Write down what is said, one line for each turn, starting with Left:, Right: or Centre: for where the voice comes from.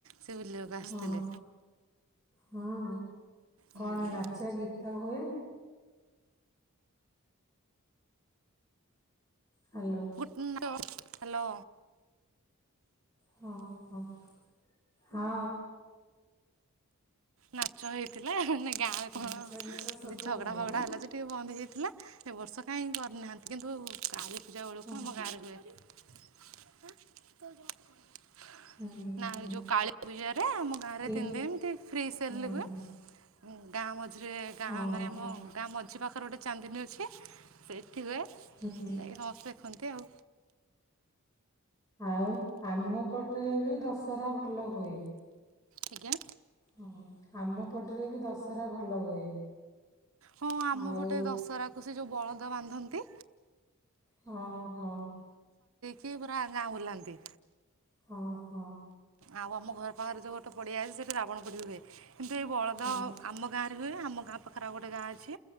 Right: ସେ ବୁଲିବାକୁ ଆସିଥିଲେ
Left: ହଁ ହଁ। କଣ
Right: ହୁଁ।
Left: ନାଚ ଗୀତ ହୁଏ। ହ୍ୟାଲୋ।
Right: ଗୁଟ ହ୍ୟାଲୋ।
Left: ହଁ ହୋ ହଁ।
Right: ନାଚ ହେଇଥିଲା ନା କି? ଗାଁ ରେ କଣ
Left: ନାଚ ଗୀତ ସବୁ
Right: ଝଗଡା
Left: ହୁଏ
Right: ଫଗଡା
Left: ଆଁ
Right: ହେଲା ଯେ ଟିକେ ବନ୍ଦ ହେଇ ଥିଲା ଏ ବର୍ଷ କାହିଁକ କରିନାହାନ୍ତି କିନ୍ତୁ କାଳୀ ପୂଜା ବେଳକୁ
Left: ହଁ
Right: ଆମ ଗାଁରେ ହୁଏ <unintelligible>
Left: ହୁଁ
Right: ନା
Left: ହୁଁ।
Right: ଯୋଉ କାଳୀ ପୂଜାରେ ଆମ ଗାଁ ରେ
Left: ଏଇ
Right: ତିନ ଦିନ ଏମିତି ଫ୍ରୀ ସେଲ୍
Left: ହୁଁ
Right: ରେ ବି ହୁଏ। ଗାଁ ମଝିରେ ଗାଁ
Left: ହଁ
Right: ମାନେ ଆମ
Left: ହଁ
Right: ଗାଁ ମଝି ପାଖରେ ଗୋଟେ ଚାନ୍ଦିନୀ ଅଛି ସେଇଠି ହୁଏ ଯାଇକି
Left: ହୁଁ।
Right: ସମସ୍ତେ ଦେଖନ୍ତି ଆଉ।
Left: ଆଉ ଆମ ପଟରେ ବି ଦଶ <unintelligible> ଭଲ ହୁଏ
Right: ଆଜ୍ଞା।
Left: ହଁ ଆମ ପଟରେ ବି ଦଶହରା ଭଲ ହୁଏ।
Right: ହଁ ଆମ
Left: ଆଉ
Right: ପଟେ ଦଶହରା କୁ ସେ ଯୋଉ ବଳଦ ବାନ୍ଧନ୍ତି
Left: ହଁ ହଁ
Right: କି ପୁରା ଗାଁ ବୁଲାନ୍ତି
Left: ହଁ ହଁ
Right: ଆଉ ଆମ ଘର ପାଖରେ ଯୋଉ ଗୋଟେ ପଡିଆ ଅଛି ସେଠି ରାବଣ ପୋଡ଼ି ହୁଏ। କିନ୍ତୁ ଏଇ ବଳଦ
Left: ହଁ
Right: ଆମ ଗାଁରେ ହୁଏ ଆମ ଗାଁ ପାଖରେ ଗୋଟେ ଗାଁ ଅଛି